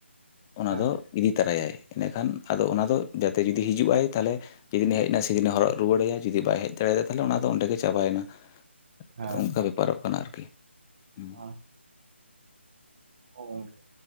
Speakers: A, on the left (about 15°); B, on the right (about 45°).
A: ᱚᱱᱟ
B: ᱦᱮᱸ
A: ᱫᱚ ᱤᱫᱤ ᱛᱚᱨᱟᱭᱟᱭ ᱤᱱᱟᱹᱠᱷᱟᱱ ᱟᱫᱚ ᱚᱱᱟ ᱫᱚ ᱡᱟᱛᱮ ᱡᱩᱫᱤ ᱦᱤᱡᱩᱜᱼ ᱟᱭ ᱛᱟᱦᱚᱞᱮ ᱡᱮᱫᱤᱱᱮ ᱦᱮᱡ ᱮᱱᱟ ᱥᱮᱫᱤᱱ ᱮᱭ ᱦᱚᱨᱚᱜ ᱨᱩᱣᱟᱹᱲ ᱟᱭᱟ ᱡᱩᱫᱤ ᱵᱟᱭ ᱦᱮᱡ ᱫᱟᱲᱮᱭᱟᱫᱟ ᱛᱟᱦᱚᱞᱮ ᱚᱱᱟ ᱫᱚ ᱚᱸᱰᱮ ᱜᱮ ᱪᱟᱵᱟᱭᱮᱱᱟ ᱾
B: ᱦᱮᱸ
A: ᱚᱱᱠᱟ ᱵᱮᱯᱟᱨᱚᱜ ᱠᱟᱱᱟ ᱟᱨᱠᱤ,
B: <unintelligible>
A: ᱦᱩᱸ
B: ᱚ ᱜᱚᱝᱠᱮ